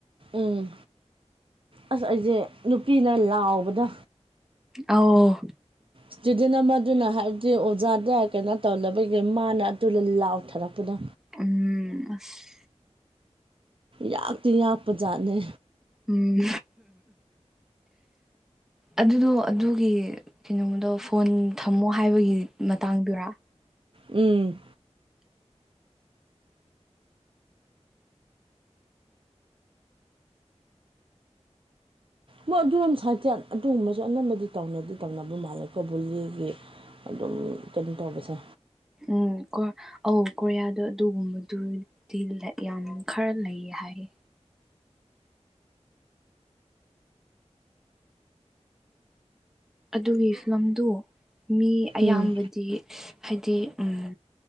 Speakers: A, on the right; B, in the centre.
A: ꯎꯝ ꯑꯁ ꯑꯩꯖꯦ ꯅꯨꯄꯤꯅ ꯂꯥꯎꯕꯗꯣ
B: ꯑꯥꯎ
A: ꯏꯁꯇꯨꯗꯦꯟ ꯑꯃꯗꯨꯅ ꯍꯥꯏꯕꯗꯤ ꯑꯣꯖꯥꯗ ꯀꯩꯅꯣ ꯇꯧꯅꯕꯒꯤ ꯃꯥꯅ ꯑꯗꯨꯗ ꯂꯥꯎꯊꯔꯛꯄꯗꯣ
B: ꯎꯝ ꯑꯁ
A: ꯌꯥꯛꯇꯤ ꯌꯥꯛꯄꯖꯥꯠꯅꯦ
B: ꯎꯝ ꯑꯗꯨꯗꯣ ꯑꯗꯨꯒꯤ ꯀꯩꯅꯣꯃꯗꯣ ꯐꯣꯟ ꯊꯝꯃꯣ ꯍꯥꯏꯕꯒꯤ ꯃꯇꯥꯡꯗꯨꯔꯥ
A: ꯎꯝ ꯃꯣꯏ ꯑꯗꯨꯔꯣꯝ ꯁꯥꯏꯠꯆꯦ ꯑꯗꯨꯒꯨꯝꯕꯁꯨ ꯑꯅꯝꯕꯗꯤ ꯇꯧꯅꯗꯤ ꯇꯧꯅꯕ ꯃꯥꯜꯂꯦꯀꯣ ꯕꯨꯂꯤꯒꯤ ꯑꯗꯨꯝ ꯀꯩꯅꯣ ꯇꯧꯕꯁꯦ
B: ꯎꯝ ꯀꯣ ꯑꯧ ꯀꯣꯔꯤꯌꯥꯗꯣ ꯑꯗꯨꯒꯨꯝꯕꯗꯨꯗꯤ ꯂꯩ ꯌꯥꯝ ꯈꯔ ꯂꯩ ꯍꯥꯏꯌꯦ ꯑꯗꯨꯒꯤ ꯐꯤꯂꯝꯗꯨ ꯃꯤ ꯑꯌꯥꯝꯕꯗꯤ
A: ꯎꯝ
B: ꯍꯥꯏꯗꯤ ꯎꯝ